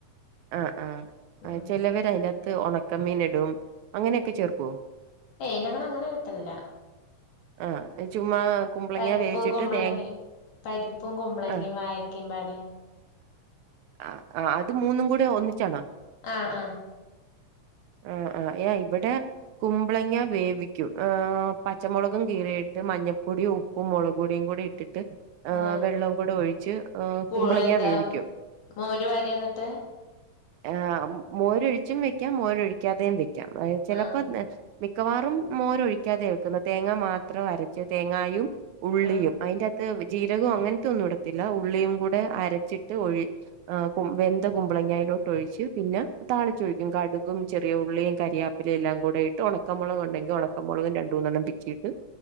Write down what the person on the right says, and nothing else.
ആഹ് ആഹ്
ചിലവര് അതിൻ്റകത്ത് ഒണക്ക മീൻ ഇടും അങ്ങനൊക്കെ ചേർക്കുവോ
ആഹ് എ ചുമ്മാ കുമ്പളങ്ങ
വേവിച്ചിട്ട്
തേ
ആഹ്
ആ ആഹ് അത് മൂന്നും കൂടെ ഒന്നിച്ചാണോ
ആഹ് ആഹ് യ ഇവിടെ കുമ്പളങ്ങ വേവിക്കും എഹ് പച്ചമുളകും കീറിയിട്ട് മഞ്ഞൾപ്പൊടി ഉ പ്പും മുളക് പൊടിയും കൂടി ഇട്ടിട്ട് എഹ്
വെള്ളം കൂടി ഒഴിച്ച്
കുമ്പളങ്ങ
വേവിക്കും
ആഹ് മോരൊഴിച്ചും വെക്കാം മോരൊഴിക്കാതെയും വെക്കാം അയ് ചെലപ്പോ
നേ മിക്കവാറും മോര് ഒഴിക്കാതെ വെക്കുന്നെ തേങ്ങ മാത്രം അരച്ച് തേങ്ങായും ഉള്ളിയും
അയിന്റെ അത്ത് ജീരകും അങ്ങനത്തെ ഒന്നും ഇടത്തില്ല ഉള്ളിയും കൂടെ അരച്ചിട്ട് ഒഴി ആഹ് കു വെന്ത കുമ്പളങ്ങയിലോട്ട് ഒഴിച്ച് പിന്നെ താളിച്ചൊഴിക്കും കടുകും ചെറിയ ഉള്ളിയും കരിയാ പ്പില എല്ലാം കൂടെയിട്ട് ഒണക്കമൊള ക് ഉണ്ടെിൽ ഉണക്കമൊളകും രണ്ടുന്നെണ്ണം പിച്ചിട്ട്